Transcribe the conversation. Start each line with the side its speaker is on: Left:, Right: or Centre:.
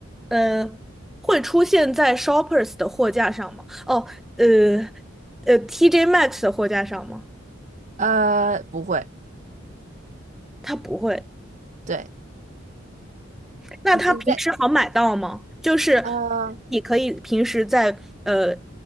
Centre: 呃会出现在 Shoppers 的货架上吗？哦，呃呃，TJ m a x 的货架上吗？
Right: 呃，不会，
Centre: 它不会。
Right: 对，
Centre: 那它平时好买到吗？
Right: 你在你在
Centre: 就是
Right: 呃，
Centre: 你可以平时在呃